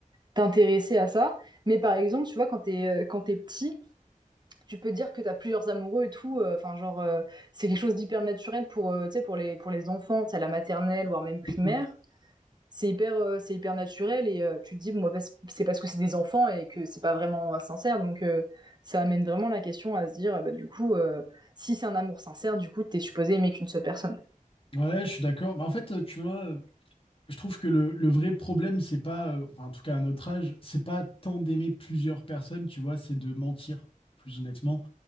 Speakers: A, on the right; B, on the left.
A: t'intéresser à ça. Mais par exemple, tu vois, quand t'es, euh, quand t'es petit, tu peux dire que t'as plusieurs amoureux et tout. euh, Enfin, euh, genre, euh, c'est quelque chose d'hyper naturel pour, euh, tu sais, pour les, pour les enfants, tu à la maternelle, voire même primaire.
B: Hmm.
A: C'est hyper, euh, c'est hyper naturel et euh, tu te dis, bon, bah, c'est parce que c'est des enfants et que c'est pas vraiment euh, sincère. Donc, euh, ça amène vraiment la question à se dire, ah bah, du coup, euh, si c'est un amour sincère, du coup, t'es supposé aimer qu'une seule personne.
B: Ouais, je suis d'accord. Mais en fait, euh, tu vois, euh, je trouve que le, le vrai problème, c'est pas, euh, enfin, en tout cas à notre âge, c'est pas tant d'aimer plusieurs personnes, tu vois, c'est de mentir, plus honnêtement.